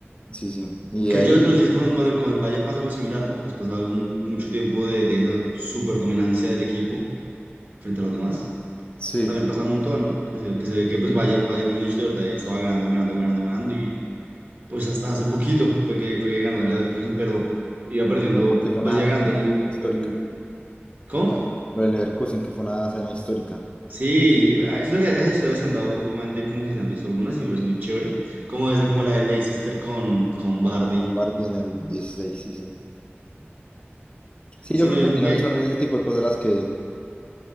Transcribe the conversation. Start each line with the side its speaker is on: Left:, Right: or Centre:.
Left: Sí, sí. Y de
Right: Que
Left: ahí,
Right: yo creo que lo hiciste con, con, el con el Bayern pasa algo similar, ¿no? Pues pasaba algún- mucho tiempo de, de esa superdominancia del equipo frente a los demás.
Left: sí,
Right: también pasa un montón, ¿no? Que se, que se ve que pues Bayern, Bayern Múnich de verdad estaba ganando, ganando, ganando, ganando y pues hasta hace poquito fue que, fue que ganó el Leverkusen, pero iba perdiendo,
Left: fue porque fue una
Right: pues ya
Left: hazaña
Right: ganando el...
Left: histórica.
Right: em, ¿cómo?
Left: Lo del Leverkusen, que fue una hazaña histórica.
Right: Sí, ah, eso es que- esas historias han dado últimamente como que se han visto algunas y me parece muy chévere, como esa, como la de Leicester con, con Bardi.
Left: Con Bardi en el dieciséis sí, sí. Sí,
Right: Sí,
Left: yo creo
Right: no, yo
Left: que
Right: siento
Left: al final
Right: que...
Left: son ese tipo de cosas las que